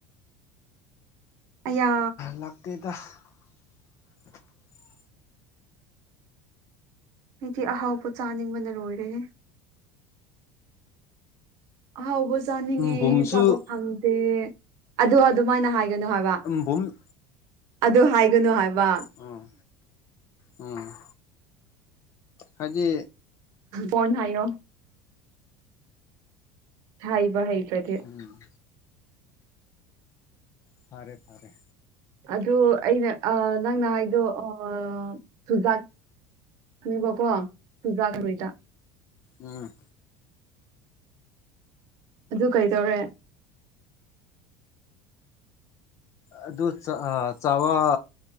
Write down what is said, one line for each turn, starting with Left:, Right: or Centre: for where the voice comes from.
Right: ꯑꯌꯥ
Left: ꯂꯥꯛꯇꯦꯗ <inaudible>
Right: ꯎꯇꯤ ꯑꯍꯥꯎꯕ ꯆꯥꯅꯤꯡꯕꯅ ꯂꯣꯏꯔꯦꯍꯦ ꯑꯍꯥꯎꯕ ꯆꯥꯅꯤꯡꯉꯦ
Left: ꯕꯨꯝꯁꯨ
Right: ꯆꯥꯕ ꯐꯪꯗꯦ ꯑꯗꯣ ꯑꯗꯨꯃꯥꯏꯅ ꯍꯥꯏ ꯒꯅꯣ ꯍꯥꯏꯕ
Left: ꯕꯨꯝ
Right: ꯑꯗꯨ ꯍꯥꯏꯒꯅꯨ ꯍꯥꯏꯕ
Left: ꯎꯝ ꯎꯝ ꯍꯥꯏꯗꯤ
Right: ꯐꯣꯟ ꯍꯥꯏꯌꯣ ꯍꯥꯏꯕ ꯍꯩꯇ꯭ꯔꯗꯤ
Left: ꯎꯝ ꯐꯔꯦ ꯐꯔꯦ
Right: ꯑꯗꯨ ꯑꯩꯅ ꯑꯥ ꯅꯪꯅ ꯍꯥꯏꯗꯣ ꯑꯥ ꯆꯨꯖꯥꯛ ꯄꯤꯕꯀꯣ ꯆꯨꯖꯥꯛ <unintelligible>
Left: ꯎꯝ
Right: ꯑꯗꯨ ꯀꯩꯇꯧꯔꯦ
Left: ꯑꯗꯨ ꯆꯥ ꯑꯥ ꯆꯥꯕ